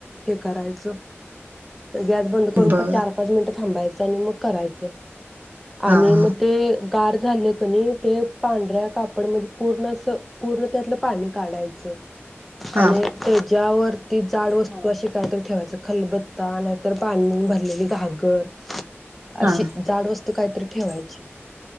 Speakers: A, in the centre; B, on the right (about 40°).
A: हे करायचं स तर, गॅस बंद करून.
B: बर
A: चार - पाच मिनिट. थांबायचं आणि मग करायचं. आणि
B: हा
A: मग
B: हा.
A: ते. कार झाले कणी ते पांढऱ्या कापड म्हणजे पूर्ण अस, पूर्ण त्यातलं पाणी काढायचं.
B: हा
A: आणि तेज त्या वरती जाड वस्तू असे काय तरी ठेवायच. खलबत्ता नाहीतर पाणी भर भरलेली घागर
B: हा
A: अशी जाड तू कायतरी ठेवायची.